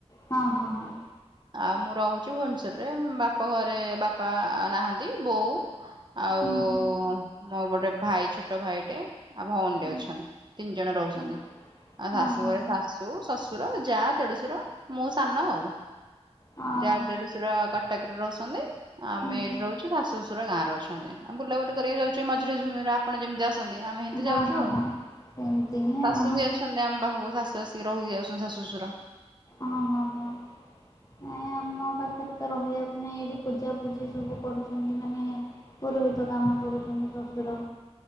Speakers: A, on the left (about 30°); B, on the right (about 40°).
A: ହଁ ହଁ ହଁ
B: ଆଉ ମୁଁ ରହୁଚି ଭୁବନେଶ୍ୱରରେ ବାପ ଘରେ ବାପା ନାହାନ୍ତି ବୋଉ ଆଉ
A: ହୁଁ ହୁଁ
B: ମୋ ଗୋଟେ ଭାଇ ଛୋଟ ଭାଇଟେ ଆଉ ଭୋଉଣୀଟେ
A: ହୁଁ
B: ଅଛନ୍ତି। ତିନି ଜଣ ରହୁଛନ୍ତି
A: ହୁଁ
B: ଆଉ
A: ହଁ
B: ଶାଶୁ
A: ହଁ
B: ଘରେ
A: ହଁ
B: ଶାଶ୍ ଶାଶୁ, ଶଶୁର, ଯା, ଦେଢଶୁର ମୁଁ ସାନ ଆଉ।
A: ହଁ
B: ଯାଆ
A: ହଁ
B: ଦେଢଶୁର କଟକରେ ରହୁଛନ୍ତି ଆ ଆମେ
A: ହୁଁ ହୁଁ
B: ଏଇଠି ରହୁଚୁ। ଶାଶୁ ଶଶୁର ଗାଁରେ ଅଛନ୍ତି ଆମ ବୁଲାବୁଲି କରିବାକୁ ଯାଉଛୁ ଏଇ ମଝିରେ ଯେମ ରେ ଆପଣ ଯେମିତି ଆସ୍ ଚନ୍ତି ଆମେ ହେମିତି
A: ହଁ
B: ଯାଉଚୁ
A: ହଁ
B: ଆଉ।
A: ହଁ ସେମିତି ହିଁ
B: ଶାଶୁ
A: ଆଉ ହଁ
B: ବି ଆସନ୍ତି ଆମ ପାଖକୁ ଶାଶୁ ଆସିକି ରହିକି ଯାଉଛନ୍ତି ଶାଶୁ ଶଶୁର।
A: ଓହୋ ହୋ ହୋ। ନାଇଁ ଆମ ପାଖରେ ତ ରହିବାକୁ ନାଇଁ ଏଇଠି ପୂଜା ପୂଜି ସବୁ କରୁଛନ୍ତି ମାନେ ପୁରୋହିତ କାମ କରୁଛନ୍ତି ଶ୍ୱଶୁର।